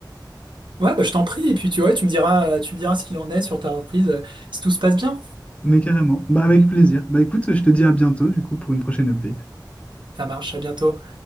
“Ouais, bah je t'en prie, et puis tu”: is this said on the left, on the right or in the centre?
Right